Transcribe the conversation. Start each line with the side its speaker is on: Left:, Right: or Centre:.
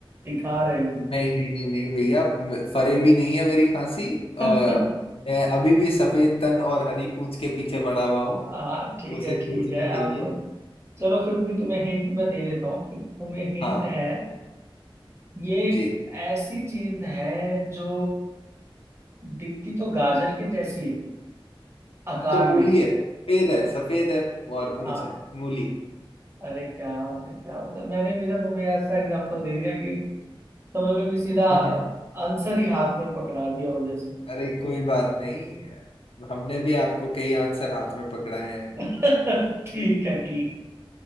Right: दिखा रहे हो
Left: नहीं नहीं नहीं नहीं भैया म- फरे भी नहीं है मेरी खांसी
Right: <laughs>
Left: और मैं अभी भी सफेद तन और हरी पूंछ के पीछे पड़ा हुआ हूँ
Right: हाँ ठीक
Left: उसे
Right: है
Left: खोजने
Right: ठीक है
Left: के
Right: अब
Left: लिए
Right: चलो फिर भी तुम्हें हिंट मैं दे देता हूँ कि तुम्हें हिंट
Left: हाँ
Right: है ये एक
Left: जी
Right: ऐसी चीज है जो दिखती तो गाजर के जैसी है आकार
Left: तो मूली
Right: में
Left: है सफेद है सफेद है और पूंछ
Right: हाँ
Left: है मूली
Right: अरे क्या बात है क्या बात है मैंने भी ना तुम्हें ऐसा एग्जांपल दे दिया कि समझ लो कि सीधा
Left: <laughs>
Right: आंसर ही हाथ में पकड़ा दिया वजह से
Left: अरे कोई बात नहीं हमने भी आपको कई आंसर हाथ में पकड़ाए हैं
Right: <laughs> ठीक है ठीक